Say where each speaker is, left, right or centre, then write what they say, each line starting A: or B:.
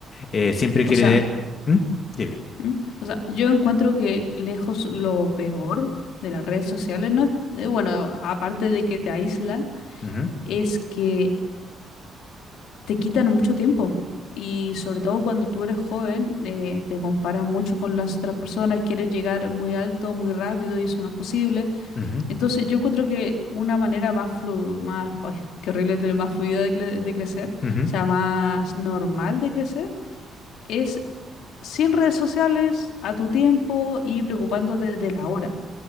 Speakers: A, on the left; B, on the left.
A: Eh, siempre quiere
B: O sea.
A: tener... ¿Mm? Dime.
B: ¿Mm? O sea, yo encuentro que lejos lo peor de las redes sociales no es, eh, bueno, aparte de que te aíslan,
A: Ujú,
B: es que te quitan mucho tiempo. Y sobre todo cuando tú eres joven, eh, te comparas mucho con las otras personas, quieres llegar muy alto, muy rápido y eso no es posible.
A: ujú,
B: Entonces yo encuentro que una manera más flu, más, ay, qué horrible, el más fluida de, cre- de crecer,
A: ujú.
B: o sea, más normal de crecer, es sin redes sociales, a tu tiempo y preocupándote de la hora.